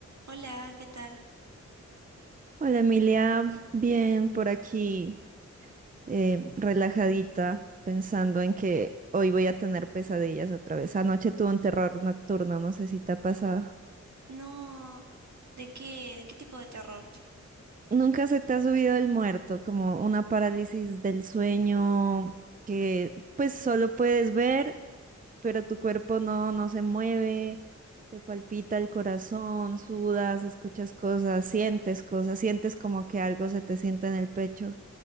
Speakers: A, on the right; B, on the right.
A: Hola, ¿qué tal?
B: Hola Emilia, bien por aquí, eh, relajadita, pensando en que hoy voy a tener pesadillas otra vez. Anoche tuve un terror nocturno, no sé si te ha pasado.
A: No, ¿de qué, de qué tipo de terror?
B: ¿Nunca se te ha subido el muerto, como una parálisis del sueño que pues solo puedes ver, pero tu cuerpo no, no se mueve, te palpita el corazón, sudas, escuchas cosas, sientes cosas, sientes como que algo se te sienta en el pecho,